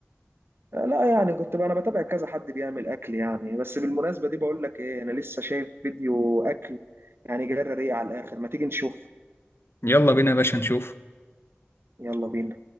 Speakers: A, on the right; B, on the left.
A: لا يعني كنت بقى انا بتابع كذا حد بيعمل اكل يعني بس بالمناسبه دي بقول لك ايه انا لسه شايف فيديو اكل يعني جرى ريق على الاخر ما تيجي نشوف
B: يلا بينا يا باشا نشوف
A: يلا بينا